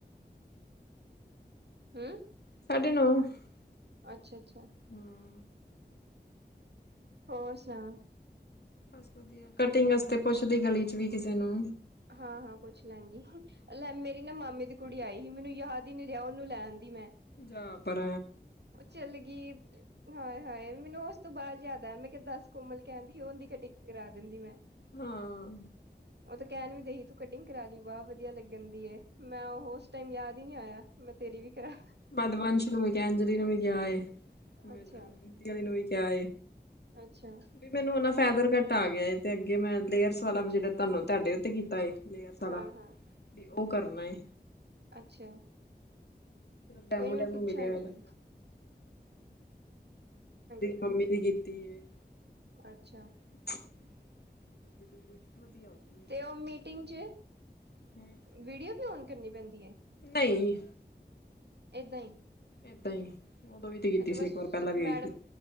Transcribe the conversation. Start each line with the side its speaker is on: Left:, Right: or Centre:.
Right: ਹਮ
Left: <inaudible>
Right: ਅੱਛਾ ਅੱਛਾ
Left: ਹਾਂ
Right: ਹੋਰ ਸੁਣਾਓ
Left: ਬਸ ਵਧੀਆ ਕਟਿੰਗ ਵਾਸਤੇ ਪੁੱਛਦੀ ਗਲੀ ਵਿਚ ਵੀ ਕਿਸੇ ਨੂੰ
Right: ਹਾਂ ਹਾਂ ਪੁੱਛ ਲਾਗੀ। ਲੈ ਮੇਰੀ ਨਾ ਮਾਮੇ ਦੀ ਕੁੜੀ ਆਈ ਸੀ ਮੈਨੂੰ ਯਾਦ ਹੀ ਨਹੀਂ ਰਿਹਾ ਓਹਨੂੰ ਲਾਉਂਦੀ ਮੈਂ
Left: ਜਾ ਪਰ
Right: ਚੱਲ ਗਈ। ਹਾਏ ਹਾਏ ਮੈਨੂੰ ਉਸ ਤੋਂ ਬਾਅਦ ਯਾਦ ਆਇਆ ਮੈਂ ਦਸ ਕੋਮਲ ਕਹਿਣਦੀ ਉਹਦੀ ਕੱਤਿੰਗ ਕਰਾ ਦਿੰਦੀ ਮੈਂ
Left: ਹਾਂ
Right: ਉਹ ਤੇ ਕਹਿਣ ਵੀ ਦੇਹੀ ਤੂੰ ਕਟਿੰਗ ਕਰਾ ਲਈ ਵ ਵਧੀਆ ਲੱਗਣ ਦੀ ਮੈਂ ਉਹ ਉਸ ਟਾਈਮ ਯਾਦ ਹੀ ਨੀ ਆਇਆ। ਮੈਂ ਤੇਰੀ ਵੀ ਕਰਾ
Left: ਪਦਵੰਸ਼ ਨੂੰ ਵੀ ਕਿਹਾ ਅੰਜਲੀ ਨੂੰ ਵੀ ਕਿਹਾ ਮਤੀਲੀ
Right: ਅੱਛਾ-ਅੱਛਾ
Left: ਨੂੰ ਵੀ ਕਿਹਾ
Right: ਅੱਛਾ
Left: ਵੀ ਮੈਨੂੰ ਉਹਨਾ ਫੈਦਰ ਕਟ ਆ ਗਿਆ ਏ ਤੇ ਅੱਗੇ ਮੈਂ ਲੇਅਰਸ ਵਾਲਾ ਵੀ ਜਿਹੜਾ ਤੁਹਾਨੂੰ ਤੁਹਾਡੇ ਉੱਥੇ ਕੀਤਾ ਹੈ। ਪਰ ਸਾਰਾ
Right: ਹਾਂ ਹਾਂ
Left: ਤੇ ਉਹ ਕਰਨਾ ਏ
Right: ਅੱਛਾ
Left: ਡੈਮੋ
Right: ਕੋਈ ਨੀ ਮੈਂ
Left: ਡੈਮੋ
Right: ਪੁੱਛਾਂਗੀ-ਪੁੱਛਾਂਗੀ
Left: ਮਿਲਿਆ ਹੈ ਨਾ।
Right: ਮੈਂ
Left: ਮੰਮੀ ਦੀ ਕੀਤੀ ਹੈ।
Right: ਅੱਛਾ
Left: <inaudible> ਵਧੀਆ ਹੋ ਗਈ।
Right: ਤੇ ਉਹ ਮੀਟਿੰਗ ਚ
Left: ਏ।
Right: ਵੀਡੀਓ ਵੀ ਓਨ ਕਰਨੀ ਪੈਂਦੀ ਹੈ
Left: ਨਹੀਂ
Right: ਏਦਾਂ ਹੀ
Left: ਏਦਾਂ ਹੀ ਉਦੋਂ ਵੀ ਦੇਤੀ
Right: ਅੱਛਾ
Left: ਸੀ
Right: ਬਸ
Left: ਇੱਕ ਵਾਰ ਪਹਿਲਾਂ ਵੀ
Right: ਮੈਡਮ
Left: ਆਈ ਸੀ।